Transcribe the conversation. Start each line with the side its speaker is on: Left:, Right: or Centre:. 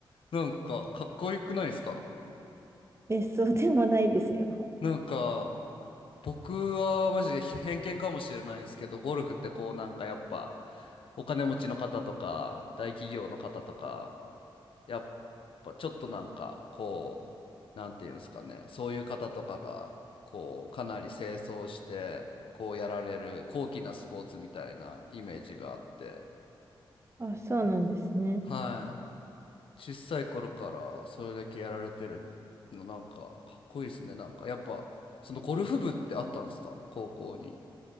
Left: なんか、かっこよくないですか
Right: 別荘でもないですよ。
Left: なんか、僕はマジで偏見かもしれないんですけど、ゴルフってこうなんかやっぱお金持ちの方とか大企業の方とか、やっぱちょっとなんかこう、なんていうんですかね、そういう方とかがこうかなり清掃してこうやられる高貴なスポーツみたいなイメージがあって、
Right: あ、そうなんですね。
Left: はい。小さい頃からそれだけやられてるのなんかかっこいいですね。なんかやっぱそのゴルフ部ってあったんですか高校に。